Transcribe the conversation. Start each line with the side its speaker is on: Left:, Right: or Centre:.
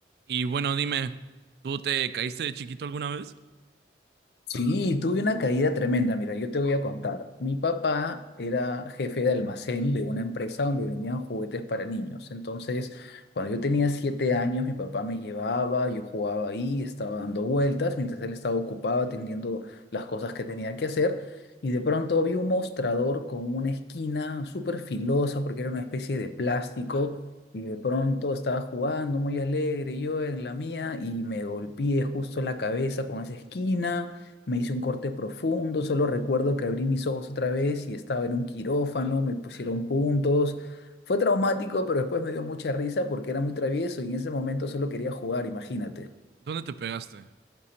Right: Y bueno, dime, ¿tú te caíste de chiquito alguna vez?
Left: Sí, tuve una caída tremenda. Mira, yo te voy a contar. Mi papá era jefe de almacén de una empresa donde vendían juguetes para niños. Entonces, cuando yo tenía siete años, mi papá me llevaba, yo jugaba ahí, estaba dando vueltas, mientras él estaba ocupado atendiendo las cosas que tenía que hacer. Y de pronto vi un mostrador con una esquina súper filosa porque era una especie de plástico. Y de pronto estaba jugando muy alegre yo en la mía y me golpeé justo la cabeza con esa esquina. Me hice un corte profundo, solo recuerdo que abrí mis ojos otra vez y estaba en un quirófano, me pusieron puntos. Fue traumático, pero después me dio mucha risa porque era muy travieso y en ese momento solo quería jugar, imagínate.
Right: ¿Dónde te pegaste? O